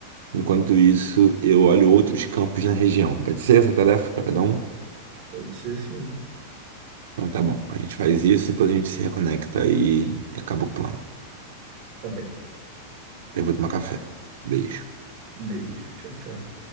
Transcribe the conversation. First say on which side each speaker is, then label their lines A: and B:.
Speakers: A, on the right; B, on the right.
A: Enquanto isso, eu olho outros campos na região. Pode ser essa tarefa pra cada um?
B: Pode ser sim.
A: Então tá bom. A gente faz isso e depois a gente se reconecta e, e acaba o plano.
B: Tá bem.
A: Eu vou tomar café. Beijo.
B: Beijo. Tchau, tchau.